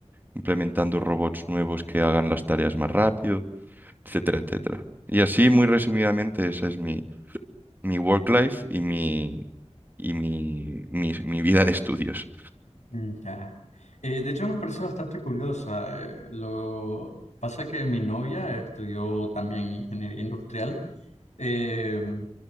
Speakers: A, on the right; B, on the left.
A: implementando robots nuevos que hagan las tareas más rápido, etcétera, etcétera. Y así, muy resumidamente, esa es mi, mi work life y mi, y mi, mi, mi vida de estudios.
B: Mm, Ya. Eh, de hecho, me parece bastante curiosa. eh, lo pasa que mi novia estudió también ingeniería industrial. eh,